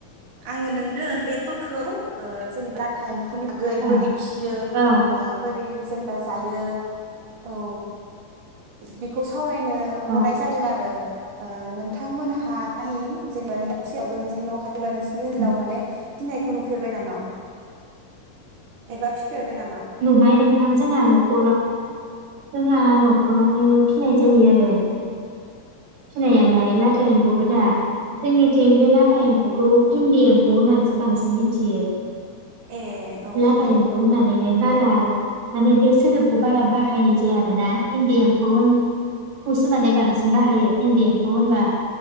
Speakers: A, on the right; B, on the right.
A: आङो नोंनो बे कलखौ ओ जेनेबा ओ टाइम नि
B: औ
A: बोरै फिसियो
B: औ
A: बोरै जेनेबा जायो औ बेखौ स सावरायनो
B: औ
A: हरनाय जादों आरो ओ नोंथांमोनहाय जेनेबा नोंथ फिसायाबो नोंजोंनि न' खाथि बा नोंसनि ओनसोलाव
B: उम
A: माने फिनायखौ नुफेरबाय नामा एबा फिफेरबाय नामा?
B: नुबाय नोंथां जोंहा न'खराव जोंहा न'खरावनो फिनाय जायो आरो फिनायालाय
A: औ
B: लाथा एम्फौ दा जोंनिथिं बे लाथा एम्फौखौ इन्दि एम्फौ होननानैसो बांसिन मिथियो
A: ए औ
B: लाथा
A: औ
B: एम्फौ होननानै बारा माने बे सोदोबखौ बारा बाहायनाय जाया आरोना इन्डि एम्फनखौसो माने बांसिन बाहायो इन्दि एम्फौ होनबा